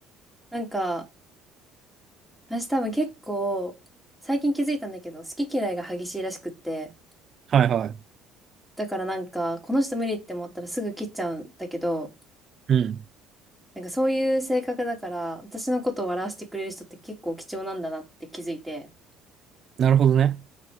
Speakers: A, in the centre; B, on the right (about 50°).
A: なんか、私多分結構、最近気づいたんだけど、好き嫌いが激しいらしくって、
B: はいはい。
A: だからなんか、この人無理って思ったらすぐ切っちゃうんだけど、
B: うん。
A: なんかそういう性格だから、私のことを笑わせてくれる人って結構貴重なんだなって気づいて、
B: なるほどね。